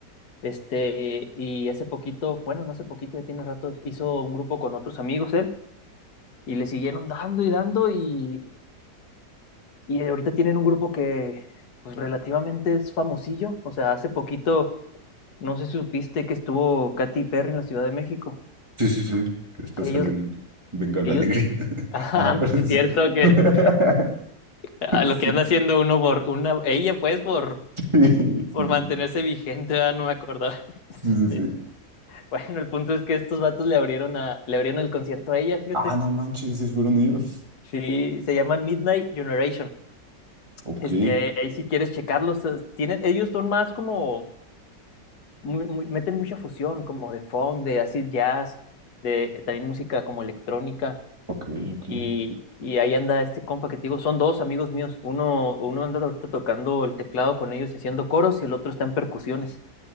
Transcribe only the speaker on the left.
Este, y hace poquito, bueno, no hace poquito, ya tiene rato, hizo un grupo con otros amigos él y le siguieron dando y dando y, y ahorita tienen un grupo que pues relativamente es famosillo. O sea, hace poquito, no sé si supiste que estuvo Katy Perry en la Ciudad de México.
Ellos,
ellos,
<laughs> ajá,
sí es
cierto que
a
lo que anda haciendo uno por una, ella pues por,
por
mantenerse
vigente, ¿verdad? no me acordaba <laughs>
de-
Bueno, el punto es que estos vatos le abrieron a, le abrieron el concierto a ella, fíjate.
Sí, se llaman Midnight Generation.
Este, ahí si quieres checarlos, eh, tienen, ellos son más como, muy- muy- meten mucha fusión, como de funk, de acid jazz, de eh, también música como electrónica.
Y, y ahí anda este compa que te digo, son dos amigos míos. Uno, uno anda ahorita tocando el teclado con ellos y haciendo coros, y el otro está en percusiones.